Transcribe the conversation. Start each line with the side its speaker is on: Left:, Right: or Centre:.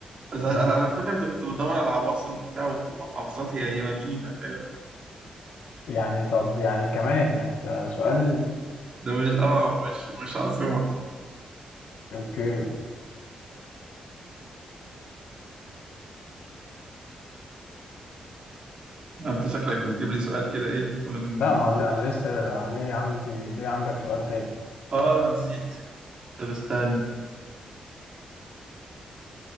Right: بس
Left: ماشي.
Right: على على فكرة أنت كنت بتدور على عواصم وبتاع ومحافظات هي هي مدينة فاهم
Left: يعني طب يعني كمان يعني انت سؤال
Right: ده مش اه مش مش عاصمة
Left: اوكي
Right: أنت شكلك بتجيب لي سؤال كده إيه من
Left: لا ما هو لا، انا لسه لا، ليه عندي ليه عندك سؤال تاني
Right: اه نسيت طب استنى